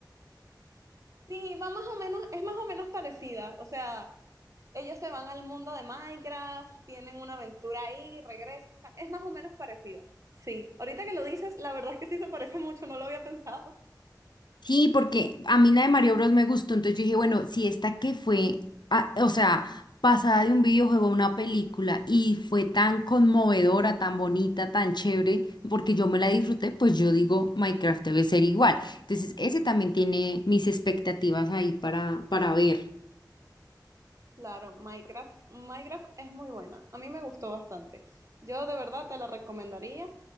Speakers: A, on the right; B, on the left.
A: Sí, va más o menos, es más o menos parecida, o sea, ellos se van al mundo de Minecraft, tienen una aventura ahí, regresan, es más o menos parecida. Sí, ahorita que lo dices, la verdad es que sí se parece mucho, no lo había pensado.
B: Sí, porque a mí la de Mario Bros me gustó, entonces yo dije, bueno, si esta que fue, ah, o sea, pasada de un videojuego a una película y fue tan conmovedora, tan bonita, tan chévere, porque yo me la disfruté, pues yo digo, Minecraft debe ser igual. Entonces, ese también tiene mis expectativas ahí para, para ver.
A: Claro, Minecraft, Minecraft es muy buena. A mí me gustó bastante. Yo de verdad te la recomendaría.